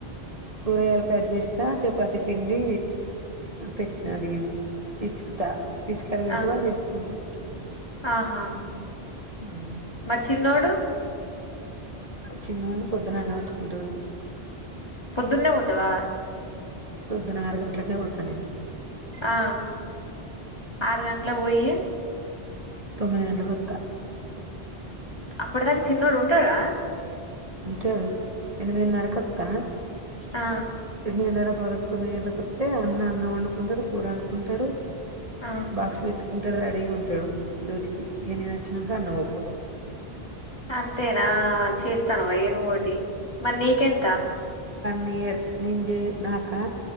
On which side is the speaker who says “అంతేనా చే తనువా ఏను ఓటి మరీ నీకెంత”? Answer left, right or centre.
Left